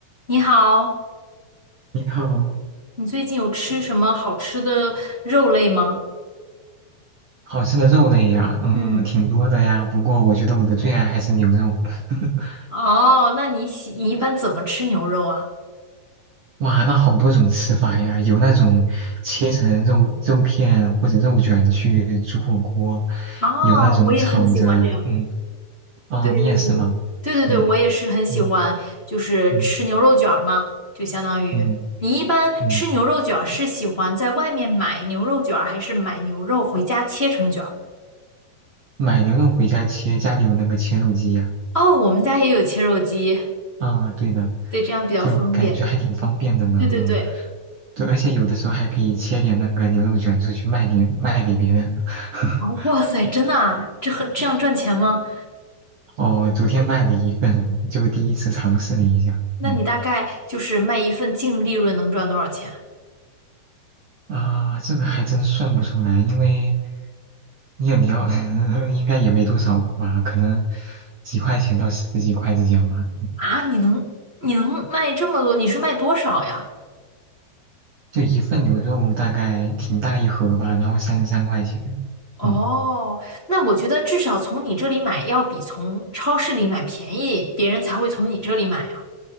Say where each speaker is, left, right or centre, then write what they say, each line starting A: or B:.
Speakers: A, on the left (about 20°); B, on the right (about 50°).
A: 你好，
B: 你好，
A: 你最近有吃什么好吃的肉类吗？
B: 好吃的肉类呀，嗯，
A: 嗯，
B: 挺多的呀。不过我觉得我的最爱还是牛肉。<laughs>
A: 哦，那你喜你一般怎么吃牛肉啊？
B: 哇，那好多种吃法呀，有那种切成肉肉片或者肉卷去煮火锅，
A: 哦，
B: 有那种炒着，
A: 我也很喜欢这样。
B: 嗯，哦，
A: 对对对，
B: 你也是吗？
A: 对对对，
B: 对，
A: 我也是很喜欢，
B: 嗯
A: 就是吃牛肉卷儿嘛，
B: 嗯
A: 就相当于你一般吃牛肉卷儿是喜欢在外面买牛肉卷儿，
B: 嗯嗯，
A: 还是买牛肉回家切成卷儿？
B: 买牛肉回家切，家里有那个切肉机呀。
A: 哦，我们家也有切肉机，
B: 啊，对的，
A: 对，这样比较方便。
B: 就感觉还挺方便的呢。
A: 对对对，
B: 嗯。对，而且有的时候还可以切点那个牛肉卷出去卖点，卖给别人。<laughs>
A: 哦，哇塞，真的啊，这很这样赚钱吗？
B: 哦，昨天卖了一份，就第一次尝试了一下。
A: 那你大概就是卖一份净利润能赚多少钱
B: 嗯啊，这个还真算不出来，因为你你要 <laughs> 应该也没多少吧，可能几块钱到十几块之间吧。
A: 啊？你能你能卖这么多？你是卖多少呀？
B: 就一份牛肉大概挺大一盒吧，然后三十三块钱。
A: 哦，
B: 嗯。
A: 那我觉得至少从你这里买要比从超市里买便宜，别人才会从你这里买呀。